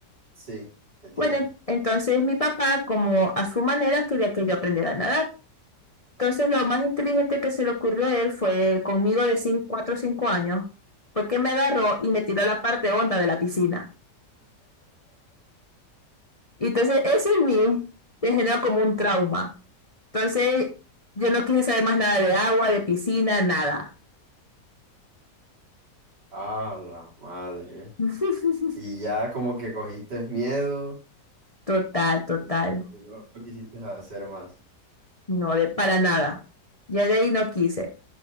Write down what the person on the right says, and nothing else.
Sí, entiendo.
Ah, la madre.
Y ya como que cogiste miedo.
Y No lo quisiste hacer más.